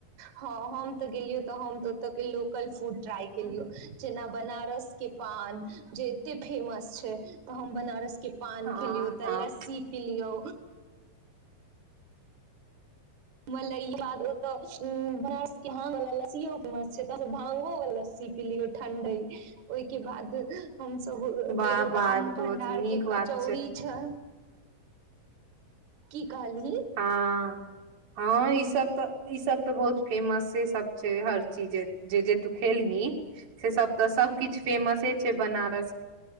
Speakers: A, on the right; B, on the right.
A: हँ हम तऽ गेलियै तऽ हमऽ ओत के लोक कलफू ट्राई केलियो
B: हँ
A: जेना बनारस के पान जे एते फेमस छै तऽ हम बनारस के पान
B: हँ
A: खेलियौ तऽ लस्सी पिलियऔ मल ई बाद ओतऽ्र ह मस्त छै भा ओ लस्सी पी लियौ ठण्डे ओहिके बाद हमस ओतेगो
B: वाह वाह
A: राम
B: ई तऽ
A: भंडार
B: बहुत नीक
A: के कचौड़ी
B: बात
A: छै की कहली
B: हँ हँ ईसभ तऽ ई सब तऽ बहुत फेमसे सब छै हर चीजे जे जे तू खेलही से सब तऽ सब किछ फेमस छैय बनारस